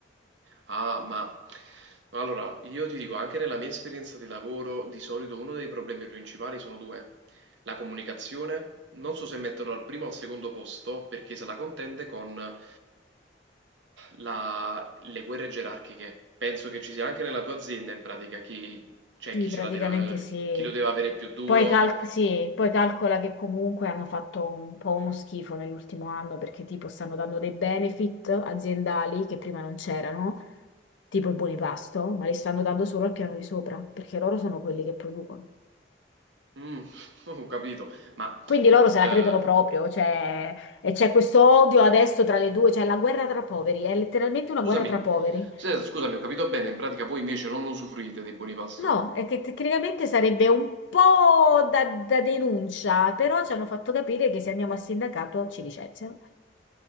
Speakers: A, on the right (about 80°); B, on the left (about 85°).
A: Ah, ma allora io ti dico, anche nella mia esperienza di lavoro, di solito uno dei problemi principali sono due. La comunicazione, non so se metterlo al primo o al secondo posto, perché se la contende con ah, la- le guerre gerarchiche. Penso che ci sia anche nella tua azienda, in pratica, chi, cioè,
B: Sì,
A: chi
B: praticamente
A: ce la deve,
B: sì.
A: chi lo deve avere più duro.
B: Poi, cal- sì, poi calcola che comunque hanno fatto un po' uno schifo nell'ultimo anno perché tipo stanno dando dei benefit aziendali che prima non c'erano, tipo i buoni pasto, ma li stanno dando solo al piano di sopra perché loro sono quelli che producono.
A: Mm, <laughs> ho capito, ma
B: Quindi loro se la
A: eh,
B: credono proprio, cioè, e c'è questo odio adesso tra le due, cioè la guerra tra poveri, è letteralmente una
A: scusami,
B: guerra tra poveri.
A: se- scusami, ho capito bene, in pratica voi invece non usufruite dei buoni pasto.
B: No, è che tecnicamente sarebbe un po' da, da denuncia, però ci hanno fatto capire che se andiamo a sindacato ci licenziano.